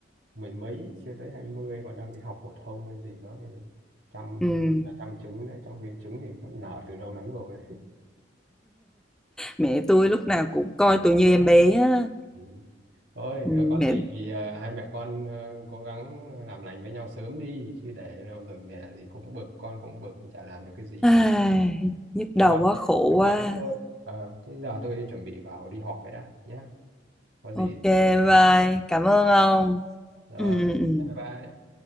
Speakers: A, on the right (about 75°); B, in the centre.
A: mười mấy, chưa tới hai mươi, còn đang đi học phổ thông hay gì đó, thì chăm
B: Ừ.
A: à, chăm trứng đấy, trong khi trứng thì nó nở từ lâu lắm rồi.
B: Mẹ tôi lúc nào cũng coi tôi như em bé á.
A: Ừ. Thôi,
B: Ừ,
A: ờ, có
B: mẹ
A: gì thì ờ, hai mẹ con ờ, cố gắng làm lành với nhau sớm đi, chứ để lâu rồi mẹ thì cũng bực, con cũng bực, chả làm được cái gì
B: Ai,
A: cả.
B: nhức
A: gọi
B: đầu quá khổ
A: gọi
B: quá
A: thế thôi ờ thế giờ tôi chuẩn bị vào đi họp rồi đã nhé có gì
B: ok bye cảm ơn ông
A: ờ,
B: ừ, ừ, ừ.
A: bye bye